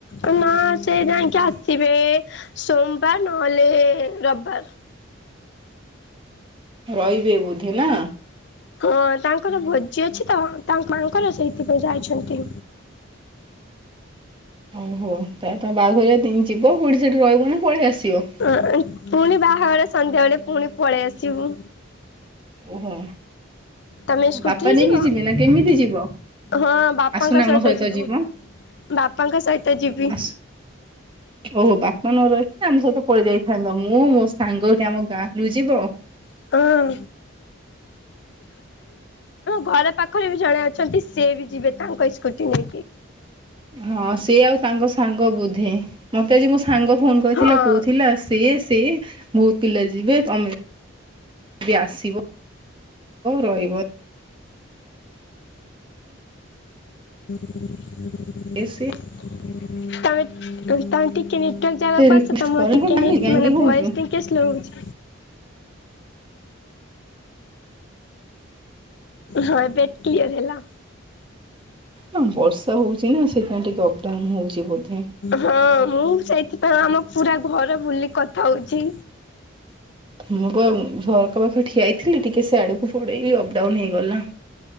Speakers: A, on the left; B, on the right.
A: ଏ ନା ସେ ଯାଇଁକି ଆସିବେ ସୋମବାର ନହେଲେ ରବିବାର।
B: ରହିବେ ବୋଧେ ନା?
A: ହଁ ତାଙ୍କର ଭୋଜି ଅଛି ତ ତାଙ୍କ ମାଙ୍କର ସେଇଥିପାଇଁ ଯାଇଛନ୍ତି।
B: ହଉ-ହଉ ତାହଲେ ତମେ ବାହାଘର ଦିନ୍ ଯିବ <unintelligible> ସେଇଠି ରହିବନି ପଳେଇ ଆସିବ।
A: ଅ ପୁଣି ବାହାଘର ସନ୍ଧ୍ୟାବେଳେ ପୁଣି ପଳେଇ ଆସିବୁ।
B: ଓହୋ।
A: ତମେ ସ୍କୁଟିରେ
B: ବାପା ନେଇକି
A: ଯିବ,
B: ଯିବେ ନା କେମିତି ଯିବ?
A: ହଁ ବାପାଙ୍କ
B: ଆସୁନ ଆମ
A: ସହିତ ଯିବୁ।
B: ଯିବ
A: ବାପାଙ୍କ ସହିତ ଯିବି।
B: ଆସ ଓହୋ ବାପା ନ ରହିଥିଲେ ଆମ ସହିତ ପଳେଇ ଯାଇଥାନ୍ତ, ମୁଁ ମୋ ସାଙ୍ଗ ଗୋଟେ ଆମ ଗାଁରୁ ଯିବ।
A: <unintelligible> ଆମ ଘର ପାଖରେ ବି ଜଣେ ଅଛନ୍ତି ସିଏ ବି ଯିବେ ତାଙ୍କ ସ୍କୁଟି ନେଇକି।
B: ହଁ ସିଏ ଆଉ ତାଙ୍କ ସାଙ୍ଗ ବୋଧେ, ମତେ ଆଜି ମୋ ସାଙ୍ଗ ଫୋନ୍ କରିଥିଲା
A: ହଁ
B: କହୁଥିଲା ସିଏ ସେ ବହୁତ୍ ପିଲା ଯିବେ, ତମେ ବି ଆସିବ ରହିବ।
A: ତମେ-ତମେ
B: ଇଏ ସିଏ
A: ଟିକେ <unintelligible> ଜାଗାକୁ
B: ଏତେ ରିକ୍ୱେଷ୍ଟ
A: ଆସ ତମର
B: କର ମୁଁ
A: ଟିକେ
B: କହିଲି ମାମି
A: ନେଟ୍
B: କାହିଁକି
A: ମାନେ
B: ହଉଛୁ?
A: ଭଏସ୍ ଟିକେ ସ୍ଲୋ ହଉଚି। ହଁ ଏବେ କିୟର୍ ହେଲା।
B: ହଁ ବର୍ଷା ହଉଛି ନା ସେଇଥିପାଇଁ ଟିକେ ଅପଡାଉନ୍ ହେଉଛି ବୋଧେ।
A: ହଁ ମୁଁ ସେଇଥିପାଇଁ ଆମ ପୁରା ଘର ବୁଲି କଥା ହଉଛି।
B: ମୁଁ ପା ଝର୍କା ଠିଆଇଥିଲି ଟିକେ ସେଆଡକୁ ପଳେଇଲୀ ଅପଡାଉନ ହେଇଗଲା।